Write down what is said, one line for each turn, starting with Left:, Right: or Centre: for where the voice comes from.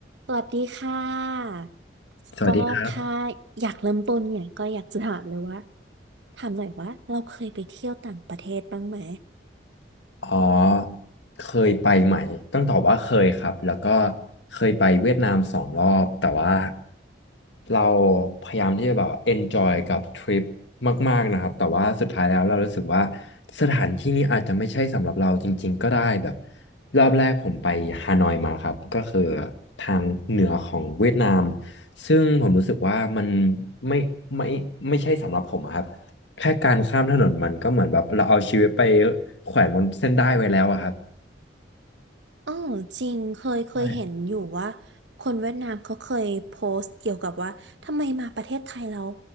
Right: สวัสดีค่ะ
Left: สวัสดีครับ
Right: ก็ถ้าอยากเริ่มต้นเนี่ยก็อยากจะถามเลยว่าถามหน่อยว่าเราเคยไปเที่ยวต่างประเทศบ้างไหม
Left: อ๋อเคยไปไหมต้องตอบว่าเคยครับ แล้วก็เคยไปเวียดนามสองรอบ แต่ว่าเราพยายามที่จะแบบ enjoy กับทริปมากๆนะครับแต่ว่าสุดท้ายแล้วเรารู้สึกว่าสถานที่นี้อาจจะไม่ใช่สำหรับเราจริงๆก็ได้แบบรอบแรกผมไปฮานอยมาครับก็คือทางเหนือของเวียดนามซึ่งผมรู้สึกว่ามันไม่ไม่ไม่ใช่สำหรับผมอะครับ แค่การข้ามถนนมันก็เหมือนแบบเราเอาชีวิตไปแขวนบนเส้นได้ไว้แล้วอะครับ
Right: อ๋อจริงเคยเคยเห็นอยู่ว่า
Left: ใช่
Right: คนเวียดนามเขาเคยโพสต์เกี่ยวกับว่าทำไมมาประเทศไทยเรา